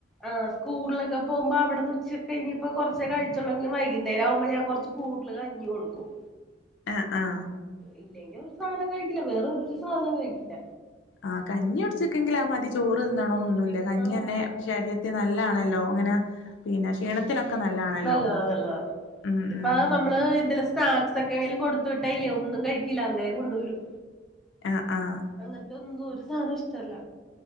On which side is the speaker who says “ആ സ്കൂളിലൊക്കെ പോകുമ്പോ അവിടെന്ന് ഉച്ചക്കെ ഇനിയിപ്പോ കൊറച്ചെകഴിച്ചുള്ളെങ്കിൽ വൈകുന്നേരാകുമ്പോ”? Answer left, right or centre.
Centre